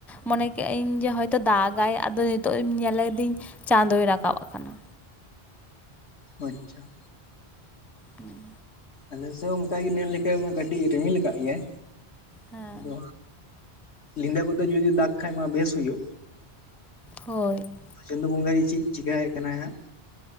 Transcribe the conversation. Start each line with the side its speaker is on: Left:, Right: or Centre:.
Centre: ᱢᱚᱱᱮ ᱠᱮᱜᱼᱟᱹᱧ ᱡᱮ ᱦᱳᱭᱛᱳ ᱫᱟᱜᱟᱭ ᱟᱫᱚ ᱱᱤᱛᱳᱜ ᱧᱮᱞᱤᱫᱟᱹᱧ ᱪᱟᱸᱫᱚᱭ ᱨᱟᱠᱟᱵ ᱟᱠᱟᱱᱟ᱾
Left: ᱟᱪᱪᱷᱟ
Centre: ᱦᱮᱸ <unintelligible>
Left: ᱟᱞᱮᱮᱥ ᱚᱱᱠᱟᱜᱮ ᱧᱮᱞ ᱞᱮᱠᱷᱷᱟᱡ ᱢᱟ ᱠᱟᱹᱴᱤᱡ ᱨᱤᱢᱤᱞ ᱟᱠᱟᱫ ᱜᱮᱭᱟᱭ
Centre: ᱦᱮᱸ
Left: ᱟᱫᱚ ᱧᱸᱤᱫᱟᱹ ᱠᱚᱛᱮ ᱡᱩᱫᱤ ᱫᱟᱜᱽ ᱠᱷᱟᱡ ᱢᱟ ᱵᱮᱥ ᱦᱩᱭᱩᱜ᱾
Centre: ᱦᱳᱭ
Left: ᱪᱟᱸᱫᱩ ᱵᱚᱸᱜᱟ ᱜᱮᱮ ᱪᱮᱫ ᱪᱤᱠᱟᱹᱭᱮᱫ ᱠᱟᱱᱟᱭ ᱦᱟᱸᱜ᱾